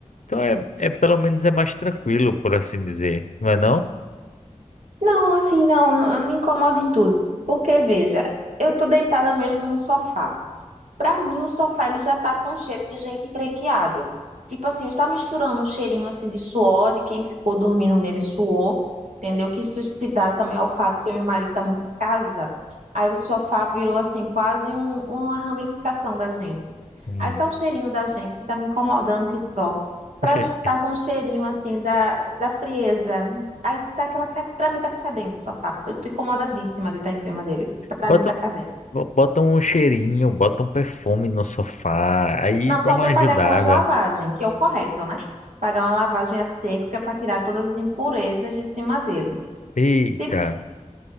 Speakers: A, on the left; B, on the right.
A: Então é, é pelo menos é mais tranquilo, por assim dizer, não é não?
B: Não, assim, não, não me incomoda em tudo. Porque, veja, eu tô deitada mesmo no sofá. Pra mim, o sofá ele já tá com cheiro de gente crequeado. Tipo assim, está misturando um cheirinho assim de suor, de quem ficou dormindo nele suou, entendeu? Que isso se dá também ao fato que meu marido tá muito em casa. Aí o sofá virou assim quase um- uma ramificação da gente.
A: Hum.
B: Aí tá o cheirinho da gente que tá me incomodando que só. Pra
A: Poxa,
B: juntar
A: aí.
B: com o cheirinho assim da, da frieza. Aí tá aquela, para mim tá fedendo o sofá. Eu tô incomodadíssima de estar em cima dele. porque Pra
A: Bota,
B: mim tá fedendo
A: bo- bota um cheirinho, bota um perfume no sofá, aí
B: Não,
A: dá
B: só
A: uma
B: se eu
A: ajudada.
B: pagar aquelas lavagens, que é o correto, né? Pagar uma lavagem a seco, que é para tirar todas as impurezas de cima dele.
A: Eita.
B: Se